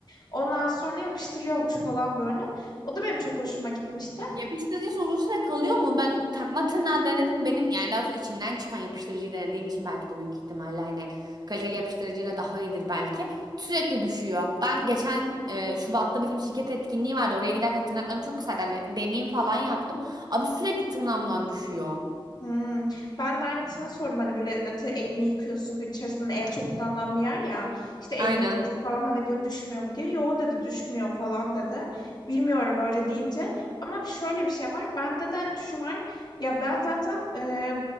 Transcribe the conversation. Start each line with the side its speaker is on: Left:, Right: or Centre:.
Left: Ondan sonra yapıştırıyormuş falan böyle. O da benim çok hoşuma gitmişti.
Right: Yapıştırıcı uzun süre kalıyor mu? Ben takma tırnağı denedim. Benim yani daha doğrusu içinden çıkan yapıştırıcıyı denediğim için belki de büyük ihtimalle hani kaliteli yapıştırıcıyla daha iyidir belki. Sürekli düşüyor. Ben geçen e, Şubat'ta bizim şirket etkinliği vardı. Oraya giderken tırnaklarım çok kısaydı. Hani deneyim falan yaptım. Abi sürekli tırnağımdan düşüyor.
Left: Hmm. Ben de aynısına sordum hani böyle atıyorum elini yıkıyorsun gün içerisinde hani el çok kullanılan bir yer ya işte elini
Right: Aynen.
Left: yıkıyorsun falan hani böyle düşmüyor mu diye yo dedi düşmüyor falan dedi bilmiyorum öyle deyince ama şöyle bir şey var bende de şu var ya ben zaten e,